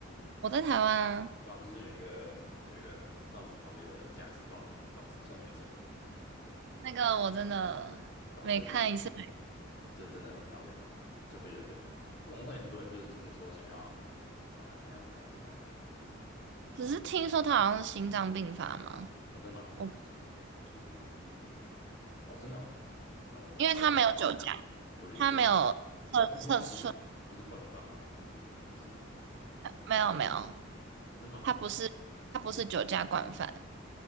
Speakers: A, on the right; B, on the left.
A: 我在台湾啊，
B: 对啊，不是有一个有一个肇事逃逸的驾驶撞撞死小学生，
A: 那个我真的每看一次，
B: 对吧？这人这真的蛮讨厌的啊就会有点，就网络上有很多人就是真的说想要把他怎么样怎么样怎么样的，
A: 只是听说他好像是心脏病发嘛，
B: 哦，真的吗？我其实其实，
A: 我
B: 哦，真的哦，那我可能要再多
A: 因为他没有酒驾，
B: 多研究一下。
A: 他没有测测出，
B: 但我听说他不是不是惯犯吗？还是不是？
A: 没有没有
B: 真的吗？
A: 他不是他不是酒驾惯犯，